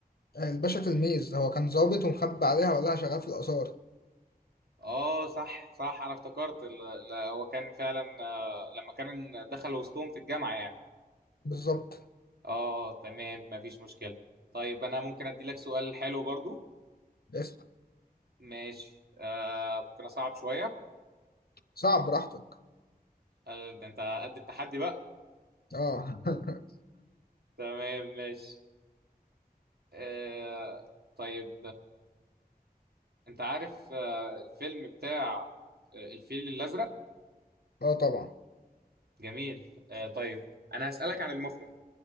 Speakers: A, on the left (about 75°); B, on the right (about 80°).
A: آه الباشا تلميذ هو كان ظابط ومخبي عليها ولا شغال في الآثار
B: اه صح صح انا افتكرت ال- ال- هو كان فعلا آه، لما كان دخل وسطهم في الجامعة يعني
A: بالظبط
B: اه تمام مفيش مشكلة طيب انا ممكن ادي لك سؤال حلو برضو
A: اسم
B: ماشي آه، ممكن اصعب شوية
A: صعب براحتك
B: آه، ده انت قد التحدي بقى
A: اه <laughs>
B: تمام ماشي آه، طيب انت عارف آه، الفيلم بتاع آه، الفيل الازرق
A: اه طبعا
B: جميل آه، طيب انا هسالك عن المخرج